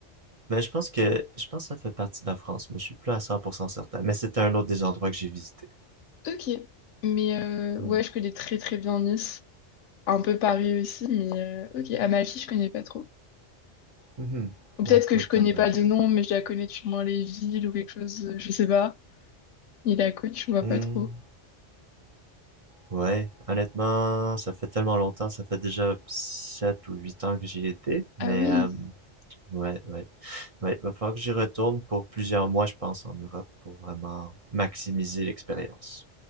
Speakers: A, on the right (about 35°); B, on the left (about 90°).
A: Mais je pense que je pense que ça fait partie de la France, mais je suis plus à 100% certain. Mais c'était un autre des endroits que j'ai visité.
B: Ok. Mais euh,
A: Ouais.
B: ouais, je connais très très bien Nice. Un peu Paris aussi, mais euh, ok. Amalfi, je connais pas trop.
A: Mhm.
B: Ou peut-être
A: La côte
B: que je connais
A: d'Amalfi.
B: pas de nom, mais je la connais sûrement moins les villes ou quelque chose, euh, je sais pas. Et la côte, je vois
A: Hmm.
B: pas trop.
A: Ouais, honnêtement, ça fait tellement longtemps, ça fait déjà 7 ou 8 ans que j'y étais, mais
B: Ah oui,
A: euh, ouais, ouais. Ouais, va falloir que j'y retourne pour plusieurs mois, je pense, en Europe pour vraiment maximiser l'expérience.